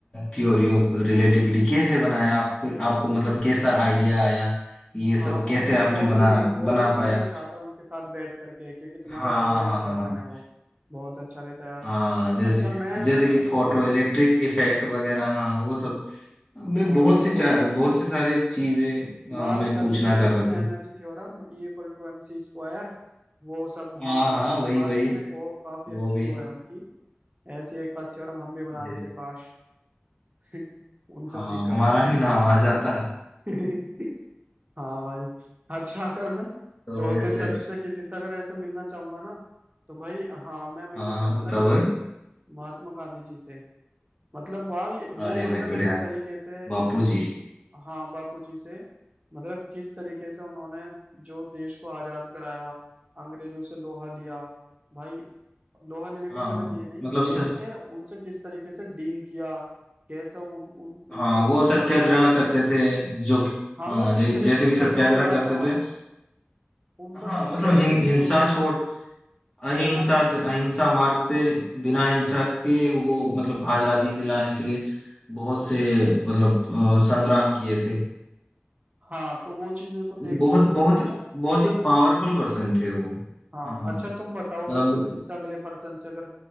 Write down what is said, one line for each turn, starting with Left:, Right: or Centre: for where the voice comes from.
Left: थ्योरी ऑफ रिलेटिविटी कैसे बनाया आपको आपको मतलब कैसा आइडिया आया ये
Right: हाँ
Left: सब
Right: मतलब
Left: कैसे
Right: उनसे
Left: आपने
Right: गॉसिप
Left: बना
Right: गॉसिप
Left: बना पाया
Right: करना चाहता हूँ उनके साथ बैठ करके क्योंकि तुम्हारे
Left: हाँ
Right: फेवरेट
Left: हाँ
Right: पर्सन
Left: हाँ
Right: है वो बहुत अच्छा रहता है यार
Left: हाँ जैसे
Right: अच्छा मैं अगर
Left: जैसे कि
Right: किसी
Left: फोटो
Right: से
Left: इलेक्ट्रिक इफेक्ट वगैरह हाँ वो सब मैं
Right: हाँ
Left: बहुत
Right: नहीं
Left: सी
Right: बहुत
Left: चा- बहुत से सारे चीजें आ,
Right: mass
Left: मैं
Right: conservation
Left: पूछना चाहता था
Right: energy theorem E equal to M C square वो सब
Left: हाँ
Right: हाँ भाई
Left: हाँ वही
Right: वाकई
Left: वही
Right: में को, काफी
Left: वो
Right: अच्छी
Left: भी
Right: वो है उनकी ऐसी एक आध थ्योरम हम भी बना
Left: जी।
Right: देते काश <laughs> उनसे
Left: हाँ
Right: सीख करके
Left: हमारा भी नाम आ जाता
Right: <laughs> हाँ भाई अच्छा अगर मैं
Left: तो
Right: चौथे
Left: वैसे
Right: शख्स से किसी से अगर ऐसे मिलना चाहूंगा ना तो भाई हाँ मैं मिलना
Left: हाँ
Right: चाहता
Left: हाँ बताओ
Right: ये
Left: भाई
Right: महात्मा गांधी जी से मतलब यार ये- वो
Left: अरे
Right: मतलब
Left: भाई बढ़िया
Right: किस तरीके से
Left: बापू जी
Right: हाँ बापूजी से मतलब किस तरीके से उन्होंने जो देश को आजाद कराया अंग्रेजों से लोहा लिया भाई लोहा लेने का
Left: हाँ
Right: मतलब ये नहीं
Left: मतलब
Right: ये
Left: सर
Right: है कि उनसे किस तरीके से डील किया कैसा उन, उन
Left: हाँ
Right: उनको भ-
Left: वो सत्याग्रह
Right: भगाया यहाँ
Left: करते
Right: से
Left: थे जो
Right: हाँ
Left: हाँ
Right: मतलब किस
Left: जै,
Right: तरीके
Left: जैसे
Right: से उनका
Left: कि सत्याग्रह
Right: योगदान
Left: करते
Right: रहा
Left: थे
Right: उनका
Left: हाँ
Right: किस
Left: मतलब
Right: तरीके
Left: हिं,
Right: से
Left: हिंसा
Right: योगदान
Left: छोड़
Right: रहा
Left: अहिंसा
Right: बिना
Left: से अहिंसा मार्ग से बिना हिंसा के वो मतलब आजादी दिलाने के लिए बहुत से मतलब अ, संग्राम किए थे
Right: हाँ तो वो चीजें को देखते
Left: बहुत
Right: हुए मैं
Left: बहुत
Right: उनसे
Left: बहुत
Right: मिलना
Left: ही
Right: चाहूंगा
Left: पावरफुल पर्सन थे वो
Right: हाँ
Left: हाँ
Right: अच्छा तुम बताओ
Left: मतलब
Right: अगर तुम किस अगले पर्सन से अगर